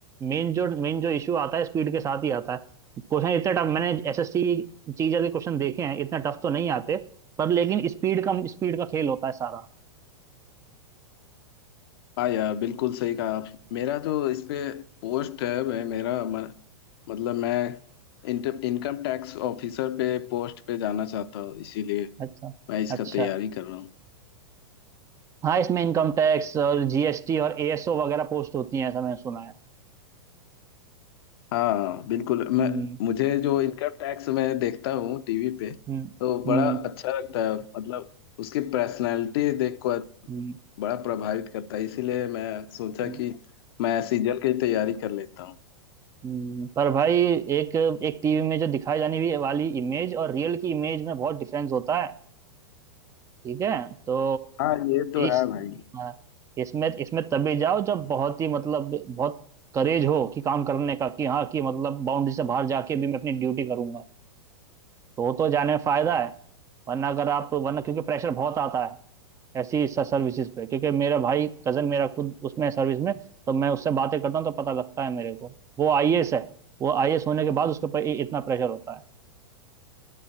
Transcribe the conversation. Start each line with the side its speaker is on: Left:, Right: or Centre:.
Right: मेन जो मेन जो इशू आता है स्पीड के साथ ही आता है क्वेश्चन इतने टफ मैंने एसएससी जी के क्वेश्चन देखे हैं इतने टफ तो नहीं आते पर लेकिन स्पीड का स्पीड का खेल होता है सारा
Left: हाँ यार बिल्कुल सही कहा आप मेरा जो इस पे पोस्ट है वह मेरा म, मतलब मैं इंटर, इनकम टैक्स ऑफिसर पे पोस्ट पे जाना चाहता हूँ इसीलिए
Right: अच्छा
Left: मैं इसका
Right: अच्छा
Left: तैयारी कर रहा हूँ
Right: हाँ इसमें इनकम टैक्स और जीएसटी और एएसओ वगैरह पोस्ट होती हैं ऐसा मैंने सुना है
Left: हाँ बिल्कुल मैं
Right: हम्म
Left: मुझे जो इनकम टैक्स मैं देखता हूँ टीवी पे
Right: हम्म
Left: तो बड़ा
Right: हम्म
Left: अच्छा लगता है मतलब उसकी पर्सनालिटी देखकर
Right: हम्म,
Left: बड़ा प्रभावित करता है इसीलिए मैं सोचा
Right: हम्म,
Left: कि मैं सीजन की तैयारी कर लेता हूँ
Right: हम्म। पर भाई एक एक टीवी में जो दिखाई जाने भी वाली इमेज और रियल की इमेज में बहुत डिफरेंस होता है ठीक है तो
Left: हाँ ये तो
Right: इस
Left: है भाई
Right: हाँ, इसमें इसमें तभी जाओ जब बहुत ही मतलब बहुत करेज हो कि काम करने का कि हाँ कि मतलब बाउंड्री से बाहर जाके भी मैं अपनी ड्यूटी करूंगा तो वो तो जाने में फायदा है वरना अगर आप वरना क्योंकि प्रेशर बहुत आता है ऐसी सर्विसेज पे क्योंकि मेरा भाई कजन मेरा खुद उसमें है सर्विस में तो मैं उससे बातें करता हूँ तो पता लगता है मेरे को वो आईएएस है वो आईएएस होने के बाद उसके ऊपर इ- इतना प्रेशर होता है